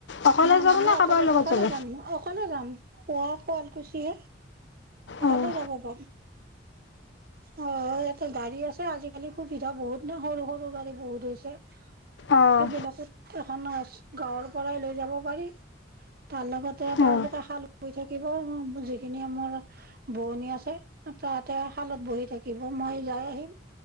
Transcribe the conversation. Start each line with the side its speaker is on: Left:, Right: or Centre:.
Left: অকলে
Right: নাই
Left: যাব
Right: না মই
Left: নে কাৰোবাৰ
Right: অকলে
Left: লগত
Right: অকলে
Left: যাব
Right: যাম অকলে যাম পুৱা শুৱালকুছিয়ে অকলে
Left: অঁ
Right: যব ব অ ইয়াতে গাড়ী আছে আজিকালি সুবিধা বহুত নে সৰু সৰু গাড়ী বহুত হৈছে
Left: অঁ
Right: সেইবিলাকত এখন গাঁৱৰ পৰাই লৈ যাব পাৰি তাৰ লগতে তেওঁলোকে
Left: অঁ
Right: খাল ব থাকিব যিখিনি আমাৰ ভনী আছে তাতে শালত বহি থাকিব মই যাই আহিম